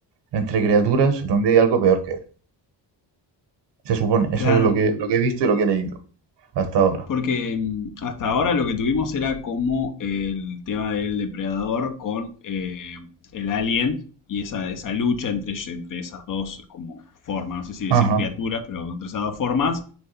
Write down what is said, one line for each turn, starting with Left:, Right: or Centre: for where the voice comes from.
Right: entre criaturas donde hay algo peor que él. Se supone, eso
Left: Claro.
Right: es lo que, lo que he visto y lo que he leído hasta ahora.
Left: Porque mm, hasta ahora lo que tuvimos era como el tema del depredador con eh, el alien y esa, esa lucha entre, entre esas dos como formas, no sé si decir
Right: Ajá.
Left: criaturas, pero entre esas dos formas.